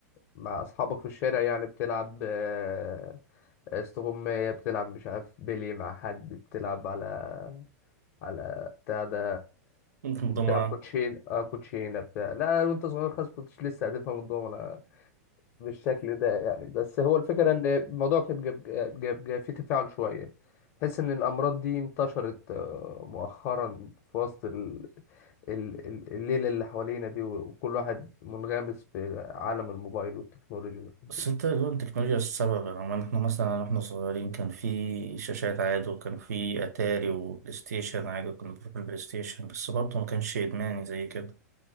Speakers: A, on the left; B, on the right.
A: مع اصحابك في الشارع يعني بتلعب آه، استغماية بتلعب مش عارف بيلي مع حد بتلعب على على بتاع ده
B: ضمنا
A: بتلعب كوتشين
B: <laughs>
A: اه كوتشينة بتاع لا وانت صغير خالص كنتش لسه هتفهم الدومنة بالشكل ده يعني بس هو الفكرة ان الموضوع كان بيبقى بيبقى- بيبقى فيه تفاعل شوية تحس ان الامراض دي انتشرت آه، مؤخرا في وسط ال- ال- ال- الليلة اللي حوالينا دي وكل واحد منغمس في عالم الموبايل والتكنولوجيا والحاجات
B: بس
A: دي.
B: انت هو التكنولوجيا السبب يعني احنا مثلا واحنا صغيرين كان في شاشات عادي وكان في اتاري وبلاي ستيشن عادي كنا بنروح البلاي ستيشن بس برضه ما كانش ادماني زي كده